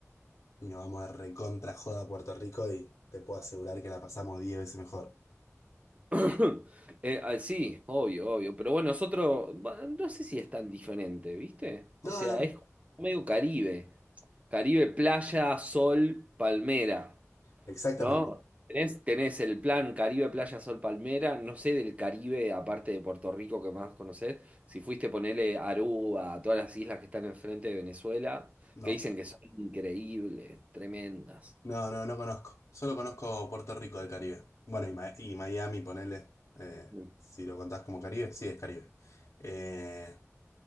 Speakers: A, on the left; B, on the right.
A: y nos vamos de recontra joda a Puerto Rico y te puedo asegurar que la pasamos diez veces mejor.
B: <coughs> <clears throat> Eh, ah, sí, obvio, obvio. Pero bueno, es otro. va, No sé si es tan diferente, ¿viste?
A: No,
B: O sea,
A: no, no,
B: es medio Caribe. Caribe, playa, sol, palmera,
A: exactamente.
B: ¿no? Tenés, tenés el plan Caribe, playa, sol, palmera. No sé del Caribe, aparte de Puerto Rico, que más conocés. Si fuiste, a ponerle Aruba, a todas las islas que están enfrente de Venezuela,
A: No,
B: que dicen que son increíbles, tremendas.
A: no, no, no conozco. Solo conozco Puerto Rico del Caribe. Bueno, y, Ma- y Miami, ponele, eh,
B: Mm,
A: si lo contás como Caribe, sí es Caribe. Eh,